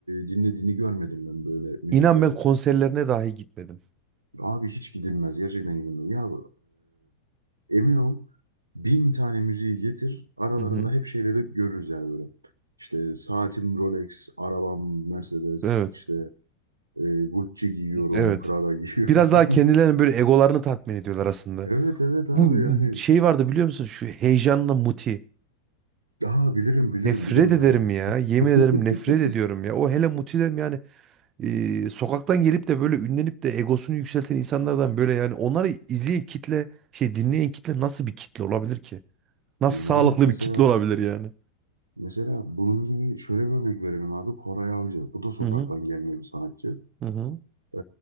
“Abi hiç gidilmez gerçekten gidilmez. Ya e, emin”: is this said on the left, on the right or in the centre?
Right